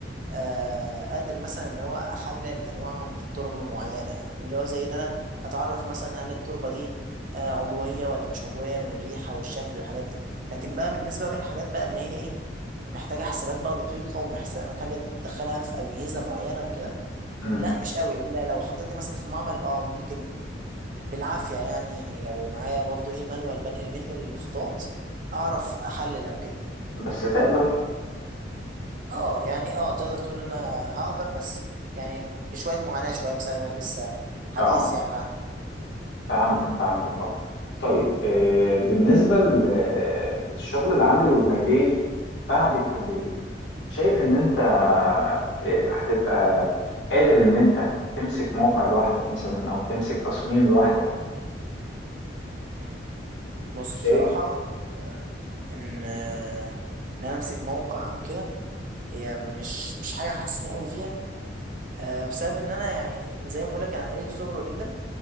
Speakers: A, on the right; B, on the left.
A: آه قادر مثلا اللي هو احلل انواع من التربه معينه يعني اللي هو زي ان انا اتعرف مثلا هل التربه دي آه عضويه ولا مش عضويه من الريحه والشكل والحاجات دي لكن بقى بالنسبه بقى للحاجات بقى اللي هي ايه محتاجه حسابات بقى دقيقه ومحتاجه تدخلها في اجهزه معينه وكده
B: امم
A: لا مش قوي الا لو حطيتني مثلا في معمل اه ممكن بالعافيه يعني لو معايا برضو ايه مانوال بنقل منه الخطوات اعرف احلل او كده
B: بس تقدر
A: اه يعني اه تقدر تقول ان انا هقدر بس يعني بشويه معاناه شويه بسبب ان انا لسه حديث
B: اه
A: يعني على عهد الكليه
B: فهمتك فهمتك اه طيب آه بالنسبة ل- للشغل العملي والميداني بعد الكلية شايف ان انت آه، هتبقى قادر ان انت تمسك موقع لوحدك مثلا او تمسك تصميم لوحدك
A: مم. بص
B: شايف
A: بصراحه آه، ان آه، ان انا امسك موقع وكده هي مش مش حاجه حاسسني قوي فيها آه، بسبب ان انا يعني زي ما بقول لك انا قليل الخبره جدا